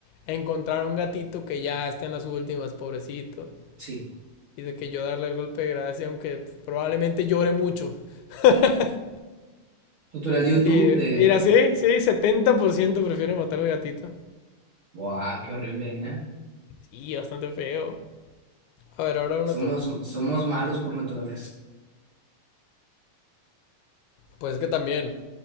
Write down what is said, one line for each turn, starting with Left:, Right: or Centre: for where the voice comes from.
Left: encontrar un gatito que ya está en las últimas, pobrecito.
Right: Sí.
Left: Y de que yo darle el golpe de gracia, aunque probablemente llore mucho. <laughs>
Right: Tutorial de YouTube
Left: Sí,
Right: de...
Left: mira, sí, sí, 70% prefiere matar al gatito.
Right: Buah, qué horrible, ¿eh?
Left: Sí, bastante feo. A ver, ahora uno
Right: Somos,
Left: tú.
Right: somos malos por naturaleza.
Left: Pues es que también,